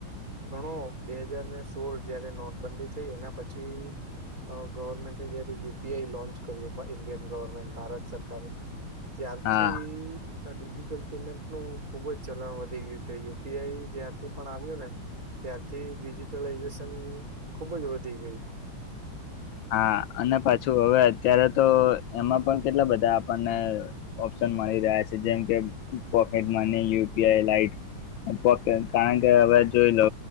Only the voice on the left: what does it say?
હા
હા અને પાછું હવે અત્યારે તો એમાં પણ કેટલા બધા આપણને ઓપ્શન મળી રહ્યા છે જેમ કે પોકેટ યુપીઆઈ લાઇટ પોકે કારણ કે હવે જોઈ લો